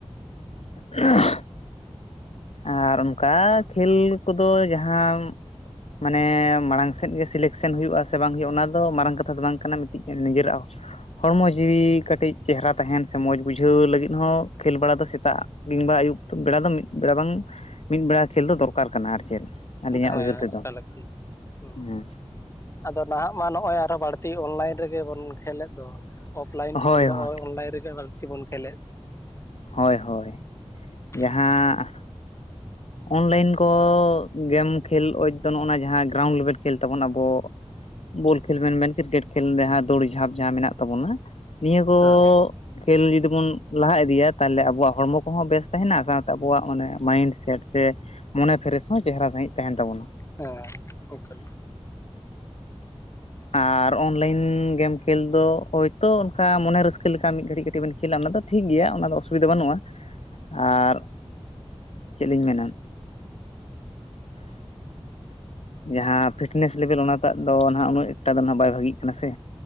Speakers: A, on the left; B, on the left.
A: <unintelligible> ᱟᱨ ᱚᱱᱠᱟ ᱠᱷᱮᱞ ᱠᱚᱫᱚ ᱡᱟᱦᱟᱸᱢ ᱢᱟᱱᱮ ᱢᱟᱲᱟᱝ ᱥᱮᱫ ᱜᱮ ᱥᱤᱞᱮᱠᱥᱮᱱ ᱦᱩᱭᱩᱜᱼᱟ ᱥᱮ ᱵᱟᱝ ᱦᱩᱭᱩᱜᱼᱟ ᱚᱱᱟ ᱫᱚ ᱢᱟᱨᱟᱝ ᱠᱟᱛᱷᱟ ᱫᱚ ᱵᱟᱝ ᱠᱟᱱᱟ ᱢᱤᱫᱴᱤᱡ ᱱᱤᱡᱮᱨᱟᱜ ᱦᱚᱸ ᱦᱚᱲᱢᱚ ᱡᱤᱣᱤ ᱠᱟᱹᱴᱤᱡ ᱪᱮᱦᱨᱟ ᱛᱟᱦᱮᱱ ᱥᱮ ᱢᱚᱡᱽ ᱵᱩᱡᱷᱟᱹᱣ ᱞᱟᱹᱜᱤᱫ ᱦᱚᱸ ᱠᱷᱮᱞ ᱵᱟᱲᱟ ᱫᱚ ᱥᱮᱛᱟᱜ ᱢᱤᱝᱵᱟ ᱟᱹᱭᱩᱵ ᱵᱮᱲᱟ ᱫᱚ ᱢᱤᱫ ᱵᱮᱲᱟ ᱵᱟᱝ ᱢᱤᱫ ᱵᱮᱲᱟ ᱠᱷᱮᱞ ᱫᱚ ᱫᱚᱨᱠᱟᱨ ᱠᱟᱱᱟ ᱟᱨ ᱪᱮᱫ ᱟᱹᱞᱤᱧᱟᱜ
B: ᱦᱮᱸ
A: ᱩᱭᱦᱟᱹᱨ ᱛᱮᱫᱚ
B: ᱮᱠᱟᱞ ᱮᱠᱟᱞ ᱦᱩᱸ
A: ᱦᱮᱸ
B: ᱟᱫᱚ ᱱᱟᱦᱟᱜ ᱢᱟ ᱱᱚᱜᱼᱚᱭ ᱟᱨᱚ ᱵᱟᱹᱲᱛᱤ ᱚᱱᱞᱟᱭᱤᱱ ᱨᱮᱜᱮ ᱵᱚᱱ ᱠᱷᱮᱞᱮᱫ ᱫᱚ ᱚᱯᱷᱞᱟᱭᱤᱱ
A: ᱦᱳᱭ
B: ᱠᱷᱚᱱ ᱫᱚ
A: ᱦᱳᱭ
B: ᱚᱱᱞᱟᱭᱤᱱ ᱨᱮᱜᱤ ᱵᱟᱹᱲᱛᱤ ᱵᱚᱱ ᱠᱷᱮᱞᱮᱫ
A: ᱦᱳᱭ ᱦᱳᱭ ᱡᱟᱦᱟᱸ
B: ᱦᱮᱸ
A: ᱚᱱᱞᱟᱭᱤᱱ ᱠᱚ ᱜᱮᱢ ᱠᱷᱮᱞ ᱫᱚ ᱱᱚᱜᱼ ᱱᱚᱣᱟ ᱡᱟᱦᱟᱸ ᱜᱨᱟᱣᱩᱱᱰ ᱞᱮᱵᱮᱞ ᱠᱷᱮᱞ ᱛᱟᱵᱚᱱ ᱟᱵᱚ ᱵᱚᱞ ᱠᱷᱮᱞ ᱢᱮᱱᱠᱮᱫ ᱠᱨᱤᱠᱮᱴ ᱠᱷᱮᱞ ᱡᱟᱦᱟᱸ ᱫᱳᱲᱤ ᱡᱷᱟᱯ ᱡᱟᱦᱟᱸ ᱢᱮᱱᱟᱜ ᱛᱟᱵᱚᱱᱟ ᱱᱤᱭᱟᱹ ᱠᱚ
B: ᱦᱮᱸ
A: ᱠᱷᱮᱞ ᱡᱩᱫᱤ ᱵᱚᱱ ᱞᱟᱦᱟ ᱤᱫᱤᱭᱟ ᱛᱟᱦᱚᱞᱮ ᱟᱵᱚᱣᱟᱜ ᱦᱚᱲᱢᱚ ᱠᱚᱦᱚᱸ ᱵᱮᱥ ᱛᱟᱦᱮᱱᱟ ᱥᱟᱶᱛᱮ ᱟᱵᱚᱣᱟᱜ ᱚᱱᱮ ᱢᱟᱭᱤᱱᱰ ᱥᱮᱴ ᱥᱮ ᱢᱚᱱᱮ ᱯᱷᱮᱨᱮᱥ ᱦᱚᱸ ᱪᱮᱦᱨᱟ ᱥᱺᱦᱤᱡ ᱛᱟᱦᱮᱱ ᱛᱟᱵᱚᱱᱟ
B: ᱦᱮᱸ
A: ᱟᱨ ᱚᱱᱞᱟᱭᱤᱱ ᱜᱮᱢ ᱠᱷᱮᱞ ᱫᱚ ᱦᱳᱭᱛᱳ ᱚᱱᱠᱟ ᱢᱚᱱᱮ ᱨᱟᱹᱥᱠᱟᱹ ᱞᱮᱠᱟ ᱢᱤᱫ ᱜᱷᱟᱹᱲᱤᱡ ᱠᱟᱹᱴᱤᱡ ᱵᱮᱱ ᱠᱷᱮᱞᱟ ᱚᱱᱟ ᱫᱚ ᱴᱷᱤᱠ ᱜᱮᱭᱟ ᱚᱱᱟ ᱫᱚ ᱚᱥᱩᱵᱤᱫᱷᱟ ᱵᱟᱹᱱᱩᱜᱼᱟ ᱟᱨ ᱪᱮᱫᱞᱤᱧ ᱢᱮᱱᱟ ᱡᱟᱦᱟᱸ ᱯᱷᱤᱴᱱᱮᱥ ᱞᱮᱵᱮᱞ ᱚᱱᱟᱴᱟᱜ ᱫᱚ ᱱᱟᱦᱟᱜ ᱩᱱᱟᱹᱜ ᱮᱠᱴᱟ ᱫᱚ ᱱᱟᱜ ᱵᱟᱭ ᱵᱷᱟᱜᱤ ᱠᱟᱱᱟ ᱥᱮ